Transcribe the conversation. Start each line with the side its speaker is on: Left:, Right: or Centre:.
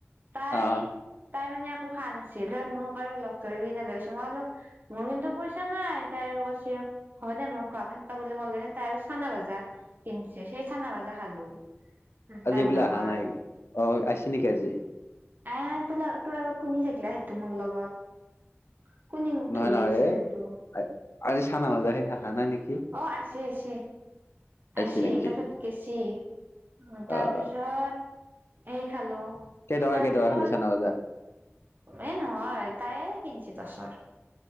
Right: তাই
Left: আহ
Right: তাই মানে। একো খাৱা নাছিল তাৰ মোক আৰু লগ ধৰি কিনে লৈ গেছি মই বোলো মোৰ কিন্তু পইচা নাই তাই আৰু কৈছি হ'ব দে মই খোৱাম সেনকে বুলি কৈ কিনে তাই আৰু চানা ভাজা কিনছে। চানা ভাজা খালো।
Left: আজি
Right: তাইৰ
Left: বোলে
Right: লগত
Left: আহা নাই অ' আহিছি নেকি আজি।
Right: নাই আহা তো তোৰ আগত কুনি থাকিলা সেইটো মোৰ লগত। কুনি মোক
Left: নহয়
Right: ধৰি
Left: নহয়
Right: আছিল সেটো।
Left: এ আজি চানা ভাজা সেই নাই নেকি।
Right: অ' আহিছে, আহিছে,
Left: আহিছি
Right: আহিছে
Left: নেকি
Right: তাৰপিছত গেছি। উম তাৰপিছত
Left: আহ
Right: সেই খালো
Left: কেইটকা
Right: তাৰপিছত
Left: কেইটকা খালি চানা <inaudible>
Right: এ নহয় তাইয়ে কিনছি দচৰ